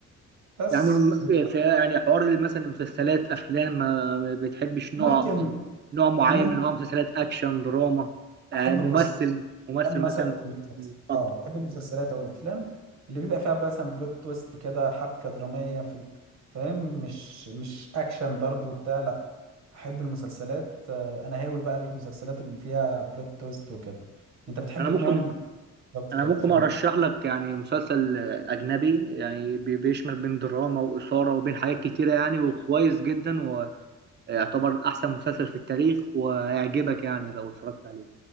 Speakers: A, on the right; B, on the right.
A: بس
B: يعني م-
A: انت
B: في يعني حوار مثلا المسلسلات افلام ما ما بتحبش نوع
A: ممكن
B: يعني نوع معين
A: ممكن
B: من انواع المسلسلات اكشن دراما يعني
A: احب
B: ممثل
A: بص
B: ممثل
A: افلام
B: مثلا
A: مثلا أو مسلسل-
B: اتفضل
A: اه بحب المسلسلات او الافلام اللي بيبقى فيها مثلا بلوت تويست كده حبكه دراميه في ال- فاهم مش مش اكشن ضرب وبتاع لا احب المسلسلات آه، انا هاوي بقى المسلسلات اللي فيها بلوت تويست وكده انت بتحب
B: انا
A: النوع
B: ممكن
A: اللي بالظبط
B: انا
A: في الافلام
B: ممكن ارشح لك يعني مسلسل اجنبي يعني بي- بيشمل بين دراما واثاره وبين حاجات كتيره يعني وكويس جدا ويعتبر احسن مسلسل في التاريخ وهيعجبك يعني لو اتفرجت عليه